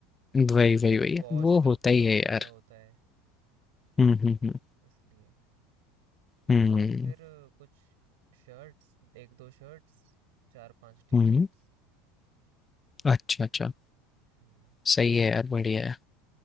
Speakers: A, on the left; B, on the right.
A: वही,
B: और फिर
A: वही,
B: वो
A: वही।
B: वॉश
A: वो
B: भी
A: होता
B: बहुत
A: ही है
B: ज़्यादा
A: यार।
B: होता है
A: हुँ, हुँ, हुँ।
B: इसलिए
A: हुँ,
B: और फिर कुछ शर्ट्स एक दो शर्ट्स चार पांच टी
A: हुँ।
B: शर्ट्स
A: अच्छा, अच्छा।
B: हम्म
A: सही है यार, बढ़िया है।